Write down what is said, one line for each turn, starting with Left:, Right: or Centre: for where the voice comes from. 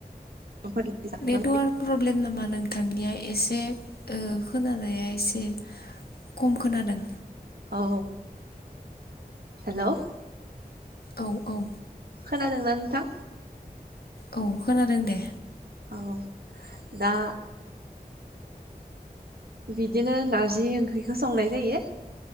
Right: फोरनि जाग्रा
Left: नेटवार्क प्रब्लेम नामा नोंथांनिया एसे? ओ खोनानाया एसे खम खोनादों।
Right: औ हेलौ।
Left: औ औ।
Right: खोनादोंना नोंथां?
Left: औ खोनादों दे।
Right: औ दा। बिदिनो नारजि ओंख्रिखौ संनाय जायो।